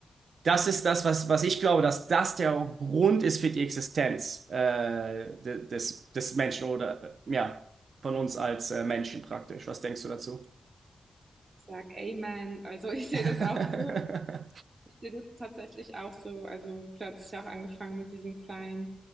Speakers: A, on the right; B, on the right.
A: Das ist das, was, was ich glaube, dass das der Grund ist für die Existenz äh, des, des Menschen oder äh, ja, von uns als äh, Menschen praktisch. Was denkst du dazu?
B: Ich sag Amen. Also ich sehe
A: <laughs>
B: das auch so. Ich sehe das tatsächlich auch so. Also du hast ja auch angefangen mit diesen kleinen